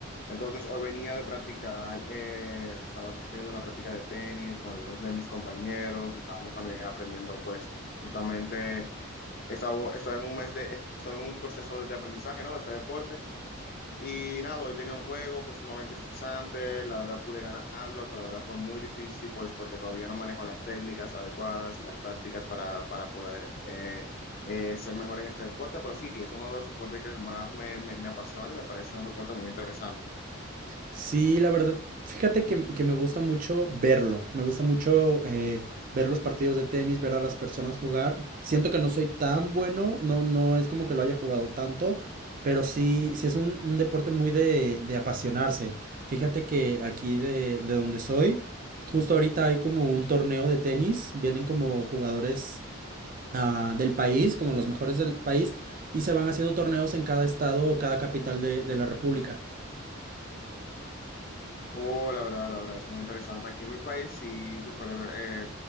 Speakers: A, on the left; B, on the right.
A: Entonces, hoy venía de practicar, eh, estaba teniendo una práctica de tenis con algunos de mis compañeros y estábamos también aprendiendo pues justamente, estaba, estoy en un mes de, estoy en un proceso de aprendizaje, ¿no? De este deporte. Y nada, hoy tenía un juego, fue sumamente estresante, la verdad pude ganarlo, pero la verdad fue muy difícil, pues porque todavía no manejo las técnicas adecuadas y las tácticas para, para poder eh, eh, ser mejor en este deporte, pero sí, es uno de los deportes que más me, me, me apasiona y me parece un deporte muy interesante.
B: Sí, la verdad, fíjate que, que me gusta mucho verlo. Me gusta mucho eh, ver los partidos de tenis, ver a las personas jugar. Siento que no soy tan bueno, no, no es como que lo haya jugado tanto, pero sí, sí es un, un deporte muy de, de apasionarse. Fíjate que aquí de, de donde soy, justo ahorita hay como un torneo de tenis. Vienen como jugadores ah, del país, como los mejores del país, y se van haciendo torneos en cada estado o cada capital de, de la República.
A: Oh, la verdad, la verdad, es muy interesante. Aquí en mi país sí se suele ver eh,